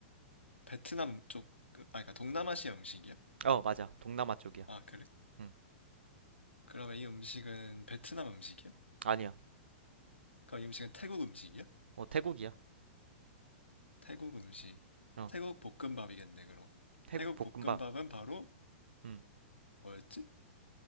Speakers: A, on the left; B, on the right.
A: 베트남 쪽, 그- 아, 그러니까 동남아시아 음식이야?
B: 어, 맞아. 동남아 쪽이야.
A: 아, 그래?
B: 음,
A: 그러면 이 음식은 베트남 음식이야?
B: 아니야.
A: 그럼 이 음식은 태국 음식이야?
B: 어, 태국이야.
A: 태국 음식.
B: 어,
A: 태국 볶음밥이겠네, 그럼.
B: 태국
A: 태국
B: 볶음밥.
A: 볶음밥은 바로
B: 음,
A: 뭐였지?